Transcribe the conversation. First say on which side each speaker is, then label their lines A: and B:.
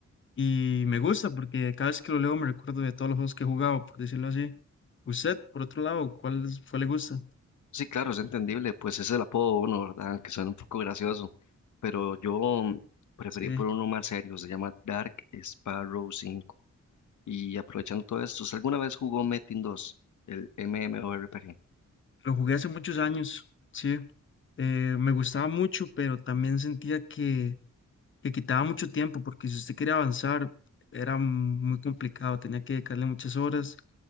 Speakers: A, on the left; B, on the left.
A: Y me gusta porque cada vez que lo leo me recuerdo de todos los juegos que he jugado, por decirlo así. Usted, por otro lado, ¿cuál es- cuál le gusta?
B: Sí, claro, es entendible, pues ese es el apodo de uno, ¿verdad? Que suena un poco gracioso, pero yo mm, preferí
A: Sí,
B: por uno más serio, se llama Dark Sparrow 5. Y aprovechando todo esto, ¿usted alguna vez jugó Metin 2, el MMORPG?
A: lo jugué hace muchos años, sí. Eh, me gustaba mucho, pero también sentía que, que quitaba mucho tiempo porque si usted quería avanzar era muy complicado, tenía que dedicarle muchas horas.